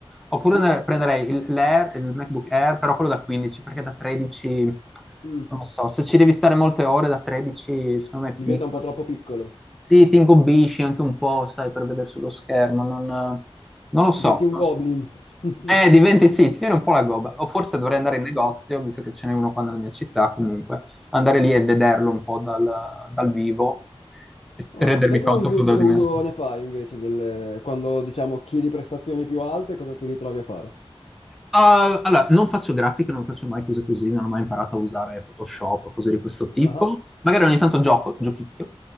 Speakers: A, in the centre; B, on the left.
A: oppure
B: Sì?
A: ne- prenderei il, l'Air, il MacBook Air, però quello da 15, perché da 13, non
B: Mm,
A: lo so, se ci devi stare molte ore da 13, secondo me
B: Diventa
A: è piccolo.
B: un po' troppo piccolo.
A: Sì, ti ingobbisci anche un po', sai, per vedere sullo schermo, non, non lo so,
B: Diventi un
A: non
B: goblin.
A: lo so.
B: <laughs>
A: Eh, diventi sì, ti viene un po' la gobba. O forse dovrei andare in negozio, visto che ce n'è uno qua nella mia città, comunque, andare lì e vederlo un po' dal, dal vivo e
B: Oh,
A: rendermi
B: Te che
A: conto
B: uso,
A: un po' della
B: che
A: dimensione.
B: uso ne fai invece delle- quando diciamo chiedi prestazioni più alte, cosa ti ritrovi a fare?
A: Ah, allora, non faccio grafica, non faccio mai cose così, non ho mai imparato a usare Photoshop, cose di questo tipo.
B: Ah,
A: Magari ogni tanto gioco, giochicchio.